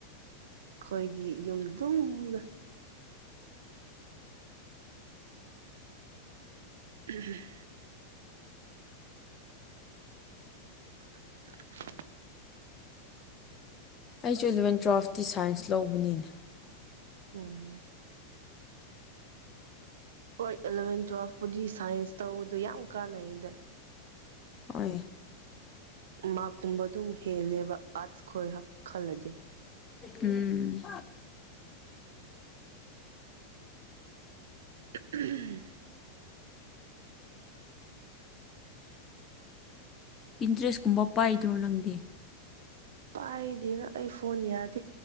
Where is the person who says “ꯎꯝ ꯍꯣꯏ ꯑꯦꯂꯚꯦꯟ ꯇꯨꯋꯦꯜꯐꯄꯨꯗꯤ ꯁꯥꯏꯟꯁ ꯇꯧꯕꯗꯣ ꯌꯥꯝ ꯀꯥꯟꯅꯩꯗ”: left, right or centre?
Right